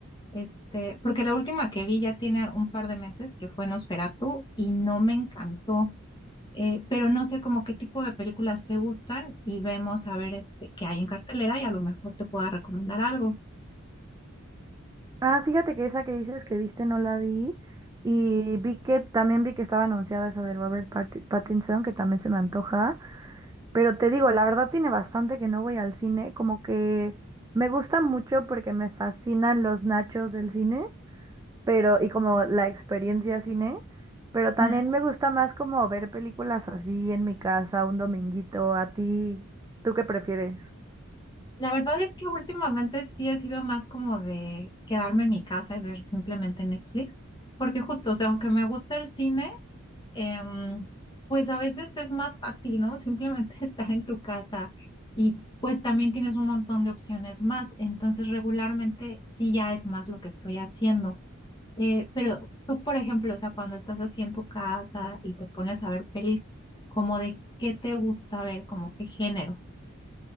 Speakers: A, on the left; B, on the right.
A: Este, porque la última que vi ya tiene un par de meses, que fue Nosferatu, y no me encantó. Eh, pero no sé como qué tipo de películas te gustan y vemos a ver este, qué hay en cartelera y a lo mejor te pueda recomendar algo.
B: Ah, fíjate que esa que dices que viste no la vi y vi que también vi que estaba anunciada esa de Robert Parti- Pattinson, que también se me antoja, pero te digo, la verdad tiene bastante que no voy al cine, como que me gusta mucho porque me fascinan los nachos del cine. pero y como la experiencia cine, pero también
A: <laughs>
B: me gusta más como ver películas así en mi casa un dominguito. ¿A ti, tú qué prefieres?
A: La verdad es que últimamente sí he sido más como de quedarme en mi casa y ver simplemente Netflix, porque justo, o sea, aunque me gusta el cine, em, pues a veces es más fácil, ¿no? Simplemente <laughs> estar en tu casa y pues también tienes un montón de opciones más. Entonces, regularmente sí ya es más lo que estoy haciendo. Eh, pero tú, por ejemplo, o sea, cuando estás así en tu casa y te pones a ver pelis, como de qué te gusta ver, como qué géneros.